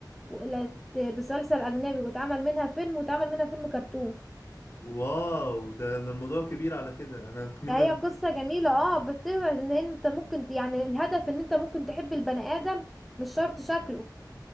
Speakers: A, in the centre; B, on the left.
A: وقلت مسلسل اجنبي واتعمل منها فيلم واتعمل منها فيلم كرتون
B: واو ده ده الموضوع كبير على كده انا مني
A: ده هي قصة جميلة اه بتقعد ان انت ممكن ت- يعني الهدف ان انت ممكن تحب البني ادم مش شرط شكله